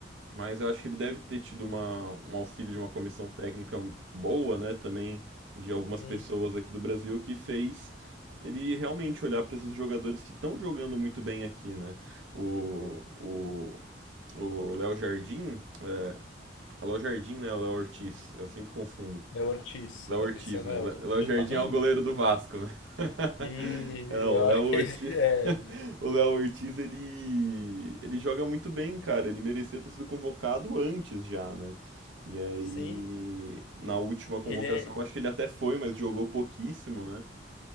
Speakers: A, on the right; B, on the left.
A: Mas eu acho que ele deve ter tido uma, um auxílio de uma comissão técnica boa, né? Também de algumas
B: Sim.
A: pessoas aqui do Brasil que fez ele realmente olhar para esses jogadores que estão jogando muito bem aqui, né? O, o, o Léo Jardim, é, é Léo Jardim, né? O Léo Ortiz, eu sempre confundo.
B: É o Ortiz, você
A: Léo
B: tá
A: Ortiz,
B: pensando,
A: né?
B: é
A: Lé-
B: o do,
A: Léo
B: do
A: Jardim
B: Flamengo?
A: é o goleiro do Vasco, né? <laughs>
B: E
A: É, Não,
B: eu
A: o Léo
B: acho
A: Ortiz,
B: que esse
A: <laughs>
B: é.
A: o Léo Ortiz, ele, ele joga muito bem, cara. Ele merecia ter sido convocado antes já, né? E aí,
B: Sim,
A: na última convocação,
B: ele é.
A: acho que ele até foi, mas jogou pouquíssimo, né?